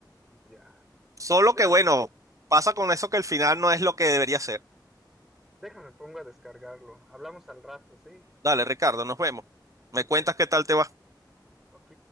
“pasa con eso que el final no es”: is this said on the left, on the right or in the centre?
Right